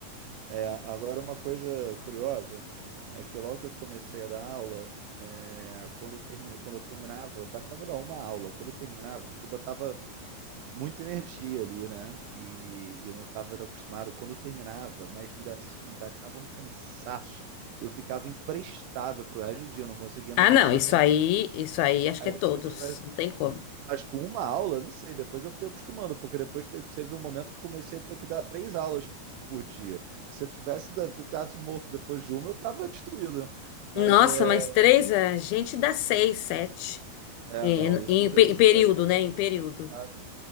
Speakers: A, on the right; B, on the left.
A: é, agora, uma coisa curiosa é que logo que eu comecei a dar aula, é, quando, eu termi- quando eu terminava, bastava dar uma aula, quando eu terminava, porque eu botava muita energia ali, né? E, e não estava acostumado. Quando eu terminava, mas me, da- me baixava um cansaço. Eu ficava imprestável pro resto do dia, eu não conseguia
B: Ah,
A: mais
B: não,
A: <laughs> trabalhar.
B: isso aí, isso aí acho
A: Aí
B: que é todos,
A: depois você vai
B: não tem como.
A: Mas com uma aula, não sei, depois eu fui acostumando, porque depois te- teve um momento que eu comecei a ter que dar três aulas por dia. Se eu tivesse da- ficasse morto depois de uma, eu estava destruído, né? Mas
B: Nossa,
A: é,
B: mas três, a gente dá seis, sete.
A: é,
B: Em,
A: não, isso,
B: em
A: isso
B: pe- em período,
A: daí, eu,
B: né? Em período.
A: sabe?